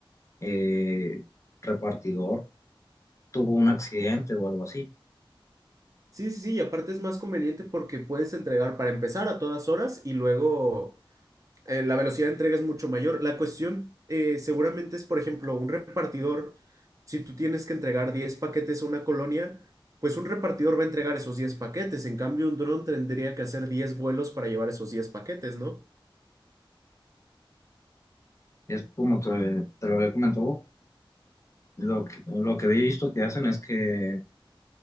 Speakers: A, on the left (about 35°); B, on the right (about 35°).
A: eh, repartidor tuvo un accidente o algo así.
B: Sí, sí, sí, y aparte es más conveniente porque puedes entregar para empezar a todas horas y luego... eh, la velocidad de entrega es mucho mayor. La cuestión eh, seguramente es, por ejemplo, un repartidor, si tú tienes que entregar 10 paquetes a una colonia, pues un repartidor va a entregar esos 10 paquetes. En cambio, un dron tendría que hacer 10 vuelos para llevar esos 10 paquetes, ¿no?
A: Es como te, te lo había comentado, lo que, lo que había visto que hacen es que eh,